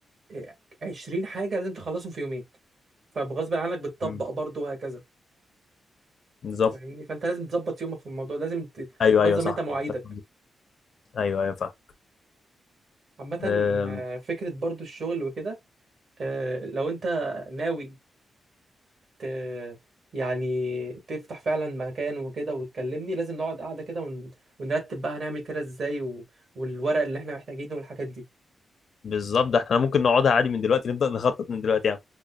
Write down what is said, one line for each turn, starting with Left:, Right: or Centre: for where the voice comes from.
Right: إيه، 20 حاجه لازم تخلصهم في يومين فبغصب عنك بتطبق
Left: مم.
Right: برضه وهكذا
Left: نظام
Right: فاهمني فانت لازم تظبط يومك في الموضوع لازم ت-
Left: ايوه
Right: تنظم
Left: ايوه صح
Right: انت مواعيدك
Left: متفق. ايوه ايوه
Right: عامه
Left: فاهم
Right: آه، فكره برضه الشغل وكده آه، لو انت ناوي ت... يعني تفتح فعلا مكان وكده وتكلمني لازم نقعد قاعده كده ون... ونرتب بقى هنعمل كده ازاي و... والورق اللي احنا محتاجينه والحاجات دي
Left: بالظبط ده احنا ممكن نقعدها عادي من دلوقتي نبدأ نخطط من دلوقتي يعني